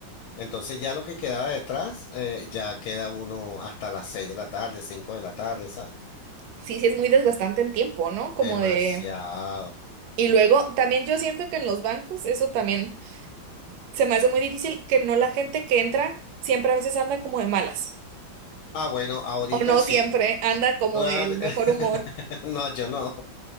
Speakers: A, on the left (about 80°); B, on the right (about 80°).
A: Entonces, ya lo que quedaba detrás, eh, ya queda uno hasta las seis de la tarde, cinco de la tarde, ¿sabes?
B: Sí, sí, es muy desgastante en tiempo, ¿no? Como
A: Demasiado.
B: de... Y luego, también yo siento que en los bancos, eso también... se me hace muy difícil que no la gente que entra siempre a veces anda como de malas.
A: Ah, bueno, ahorita
B: O no
A: sí.
B: siempre anda como
A: <laughs>
B: del mejor humor.
A: No, yo no.